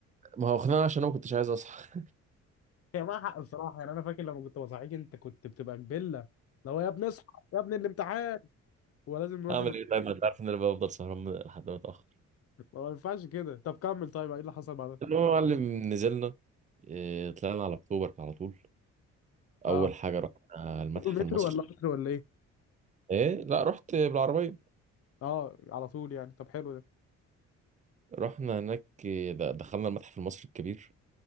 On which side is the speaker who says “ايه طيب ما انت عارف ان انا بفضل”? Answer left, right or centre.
Right